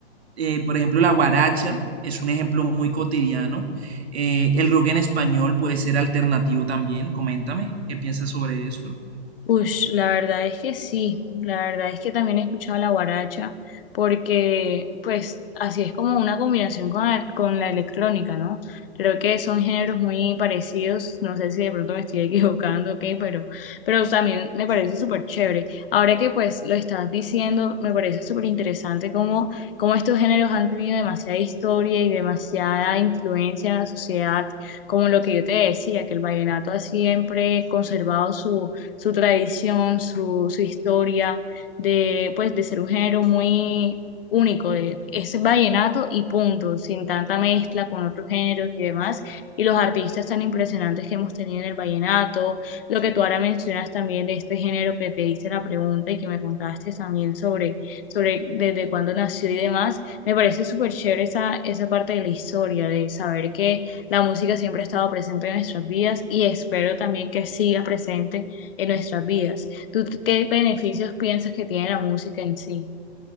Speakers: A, on the right (about 70°); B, on the left (about 55°).
A: eh, por ejemplo, la guaracha es un ejemplo muy cotidiano. Eh, el rock en español puede ser alternativo también, coméntame, ¿qué piensas sobre eso?
B: Ush, la verdad es que sí, la verdad es que también he escuchado la guaracha, porque pues así es como una combinación con la, con la electrónica, ¿no? Creo que son géneros muy parecidos, no sé si de pronto me estoy <laughs> equivocando o qué, pero, pero también me parece súper chévere. Ahora que pues lo estás diciendo, me parece súper interesante cómo, cómo estos géneros han tenido demasiada historia y demasiada influencia en la sociedad, como lo que yo te decía, que el vallenato ha siempre conservado su su tradición, su, su historia de, pues, de ser un género muy único, de- es vallenato y punto, sin tanta mezcla con otros géneros y demás, y los artistas tan impresionantes que hemos tenido en el vallenato, lo que tú ahora mencionas también de este género que te hice la pregunta y que me contaste también sobre, sobre desde cuándo nació y demás, me parece súper chévere esa, esa parte de la historia, de saber que la música siempre ha estado presente en nuestras vidas y espero también que siga presente en nuestras vidas. ¿Tú qué beneficios piensas que tiene la música en sí?